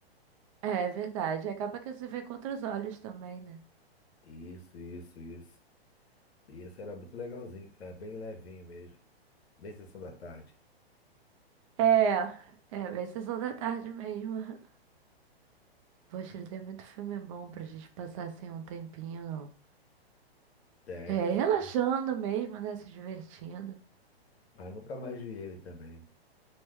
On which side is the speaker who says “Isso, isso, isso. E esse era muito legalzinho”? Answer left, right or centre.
Left